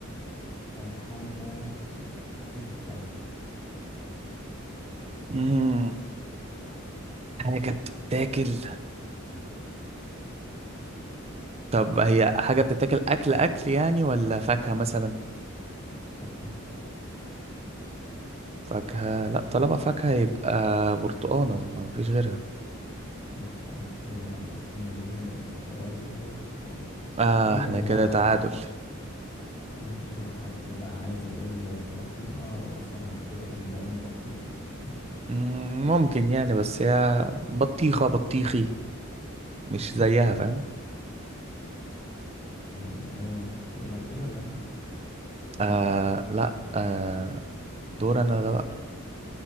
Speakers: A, on the left; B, on the right.
A: آه حاجة آه بتتاكل
B: مم. حاجة بتتاكل طب هي حاجة بتتاكل أكل أكل يعني ولا فاكهة مثلا
A: فاكهة
B: فاكهة لا طالما فاكهة يبقى برتقانة ما فيش غيرها
A: بالفعل هي لا تحمل اللون البرتقالي وهي برتقال
B: آه
A: إلا
B: احنا
A: إذا
B: كده
A: بقى حد
B: تعادل
A: اه إلا حد بقى عايز يقول بطيخة وأصلا هعتبر إن ده لون بطيخي <laughs>
B: مم، ممكن يعني بس هي بطيخة بطيخي مش زيها فاهم
A: تمام آه أنت اللي هتقوله ولا أنا؟ أنت
B: آه لا آه دور أنا ده بقى